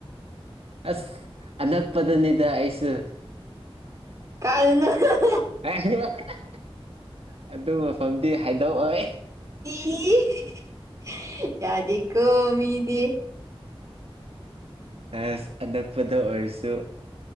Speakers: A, on the right; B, on the right.
A: ꯑꯁ ꯑꯅꯛꯄꯗꯅꯤꯗ ꯑꯩꯁꯨ
B: ꯀꯥꯏꯗꯩꯅꯣ <unintelligible>
A: ꯍꯥꯏ <unintelligible> ꯑꯗꯨ ꯃꯐꯝꯗꯤ ꯍꯥꯏꯗꯣꯛꯑꯣꯏ
B: <unintelligible> ꯌꯥꯗꯦꯀꯣ ꯃꯤꯗꯤ
A: ꯑꯦꯁ ꯑꯅꯛꯄꯗ ꯑꯣꯏꯔꯁꯨ